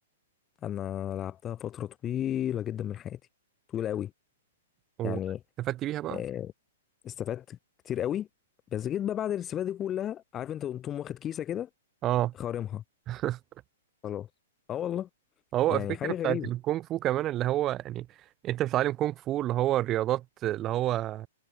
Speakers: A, on the left (about 25°); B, on the right (about 30°).
A: انا لعبتها فتره طويله جدا من حياتي طويله قوي
B: واستفدت
A: يعني
B: بيها بقى
A: آه، استفدت كتير قوي بس جيت بقى بعد الاستفاده دي كلها عارف انت قمت واخد كيسه كده
B: اه
A: خارمها
B: <laughs>
A: خلاص اه والله
B: هو
A: يعني
B: الفكرة
A: حاجه
B: بتاعت
A: غريبه
B: الكونغ فو كمان اللي هو يعني انت بتتعلم كونغ فو اللي هو الرياضات اللي هو